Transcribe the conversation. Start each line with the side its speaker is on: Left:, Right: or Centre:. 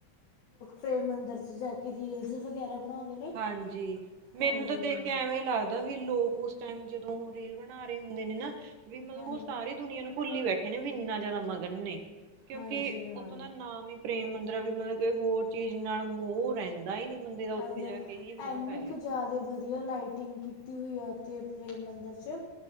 Left: ਫੇਰ ਮੰੰਦਰ 'ਚ ਜਾ ਕੇ ਰੀਲਸ ਵਗੈਰਾ ਬਣਾਉਂਦੇ ਨੇ
Right: ਹਾਂਜੀ ਮੈਨੂੰ
Left: ਹਾਂਜੀ
Right: ਤਾਂ ਦੇਖਕੇ
Left: ਹਾਂ
Right: ਐਵੇਂ ਲੱਗਦਾ। ਦਾ ਵੀ ਲੋਕ ਉਸ ਟਾਈਮ ਜਦੋਂ ਉਹ ਰੀਲ ਬਣਾ ਰੇ ਹੁੰਦੇ ਨੇ ਨਾ ਵੀ ਮਤਲਬ
Left: ਹਾਂਜੀ
Right: ਉਹ ਸਾਰੀ ਦੁਨੀਆਂ ਨੂੰ ਭੁੱਲੀ ਬੈਠੇ ਨੇ ਵੀ ਇੰਨਾ ਜਿਆਦਾ ਮਗਨ ਨੇ ਕਿਉਂਕਿ
Left: ਹਾਂਜੀ ਹਾਂ
Right: ਉੱਥੋਂ ਦਾ ਨਾਮ ਈ ਪ੍ਰੇਮ ਮੰ ਦਰਿ ਵੀ ਮਤਲਬ ਕਿ ਹੋਰ ਚੀਜ਼ ਨਾਲ ਮੋਹ ਰੇਂਦਾ ਈ ਨੀ ਬੰਦੇ ਦਾ ਉੱਥੇ
Left: ਹਾਂਜੀ
Right: ਜਾ ਕੇ ਹੀ ਮੋਹ
Left: ਇਨੀ
Right: ਪੈ ਜਾਂਦਾ
Left: ਕ ਜ਼ਿਆਦਾ ਵ ਵਧੀਆ ਲਾਈਟਿੰਗ ਕੀਤੀ ਹੋਈ ਆ ਉੱਥੇ ਪ੍ਰੇਮ ਮੰਦਿਰ 'ਚ